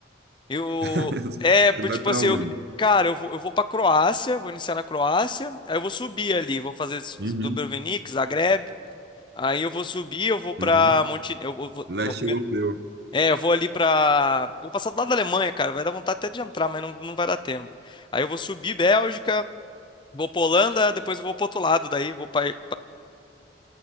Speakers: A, on the left (about 25°); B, on the right (about 55°).
A: Eu
B: <laughs>
A: é,
B: Você
A: por-
B: vai
A: tipo
B: para
A: assim,
B: onde?
A: eu, cara, eu vou, eu vou para Croácia, vou iniciar na Croácia, aí eu vou subir ali, vou fazer S-
B: Uhum.
A: Dubrovnik, Zagreb, aí eu vou subir, eu vou para
B: Uhum.
A: Monte, eu vou, vou-
B: Leste
A: não, primeiro,
B: europeu.
A: é, eu vou ali para, eu vou passar do lado da Alemanha, cara, vai dar vontade até de entrar, mas não, não vai dar tempo. Aí eu vou subir Bélgica, vou pra Holanda, depois eu vou pro outro lado daí, vou para